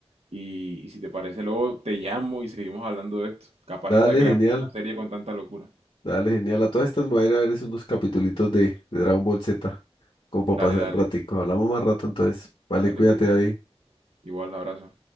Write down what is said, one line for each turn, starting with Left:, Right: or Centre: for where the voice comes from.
Right: Y, y si te parece, luego te llamo y seguimos hablando de esto. Capaz
Left: Dale,
Right: ya hasta creamos
Left: genial.
Right: una serie con tanta locura.
Left: Dale, genial. A todas estas me voy a ir a ver es unos capitulitos de, de Dragon Ball Z, como para
Right: Dale,
Left: pasar
Right: dale,
Left: el ratico. Hablamos más rato entonces. Vale,
Right: dale,
Left: cuídate
Right: cuídate.
Left: ahí.
Right: Igual, abrazo.